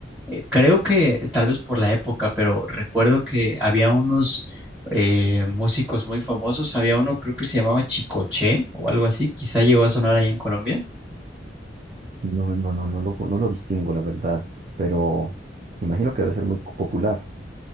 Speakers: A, in the centre; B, on the right.
A: Eh, creo que tal vez por la época, pero recuerdo que había unos eh, músicos muy famosos. Había uno, creo que se llamaba Chicoche o algo así, quizá llegó a sonar allá en Colombia
B: No, no, no, no lo, no lo distingo, la verdad. Pero imagino que debe ser muy popular.